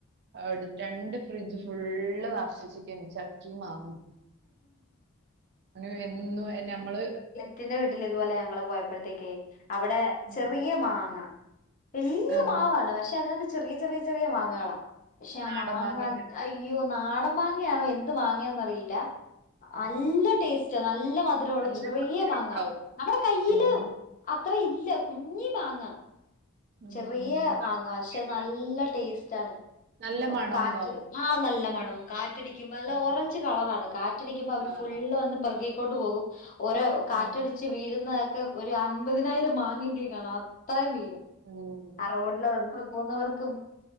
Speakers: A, on the right; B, on the left.
A: അവ്ട് രണ്ട് ഫ്രിഡ്ജ് ഫുള്ള് നർചച്ചക്കേനി ചക്കിം മാങ്ങിം അങ്ങനെ എന്നും ഏ ഞമ്മള്
B: റ്റിന്റെ വീട്ടില് ഇതുപോലെ ഞങ്ങള് പോയപ്പോഴത്തേക്കേയ് അവിടെ
A: ഉം.
B: ചെറിയ മാങ്ങ വല്യ
A: ആഹ്
B: മാവാണ്. പക്ഷെ അതിനഹത്ത് ചെറിയ ചെറിയ ചെറിയ മാങ്ങാളാ പക്ഷെ ആ
A: നാടൻ
B: മാങ്ങഅയ്
A: മാങ്ങേക്കാരം.
B: ഇയ്യോ നാടം മാങ്ങയാണോ എന്ത് മാങ്ങേന്നറിയില്ല അല്ല
A: ഉം.
B: ടേസ്റ്റ നല്ല മധുരവുള്ള
A: നല്ല
B: ചെറിയ
A: മധുരണ്ടാവും.
B: മാങ്ങ നമ്മടെ കയ്യില്
A: ഉം ഉം.
B: അത്ര ഇല്ല കുഞ്ഞി മാങ്ങ
A: ഉം
B: ചെറിയ
A: ഉം.
B: മാങ്ങ പഷെ
A: നാടൻ
B: നല്ല ടേസ്റ്റ് ആണ്
A: നല്ല മണോണ്ടാവും.
B: കാറ്റ് ആഹ് നല്ല മണവും കാറ്റടിക്കുമ്പോ നല്ല
A: ഉം.
B: ഓറ ഞ്ച് കളറാണ് കാറ്റടിക്ക്മ്പോ അവര്
A: ആഹ്.
B: ഫുള്ള് വന്ന് പെറ്ക്കി ക്കൊണ്ട് പോകും ഓരോ കാറ്റടിച്
A: ഉം.
B: ച്ച് വീഴുന്നഹക്കെ ഒരു അൻപതിനായിരം മാങ്ങെങ്കിലും കാണും അത്രയും വീഴും
A: ഓഹോ
B: ആഹ് റോഡില വന്ന് പോവുന്നവർക്കും